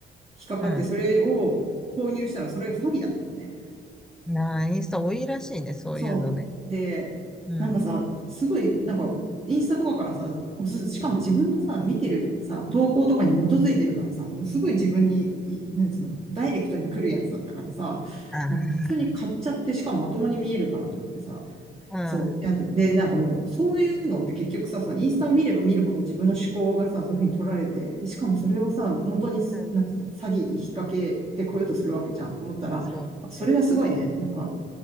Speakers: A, on the right (about 30°); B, in the centre.
A: っかかって、
B: う
A: それを購入したらそれが詐欺だったのね。
B: ん。なあ、インスタ多いらしいね、そういうのね。
A: そう。で、
B: うん。
A: なんかさ、すごい、なんか、インスタとかからさ、おす、しかも自分のさ、見てるさ、投稿とかに基づいてるからさ、もうすごい自分に、いなんつうの、ダイレクトに来るやつだったからさ、
B: あ
A: なんか普通に買っちゃって、しかもまともに見えるからと思ってさ、
B: あ、
A: そう。いやで、なんかもう、そういうのって結局さ、そのインスタを見れば見るほど自分の思考がさ、そういうふうに取られて、で、しかもそれをさ、元にす、
B: うん。うん。
A: なんつうの、詐欺に引っ掛けてこようとするわけじゃんと思ったら、
B: そうだね。
A: それがすごいね、なんか、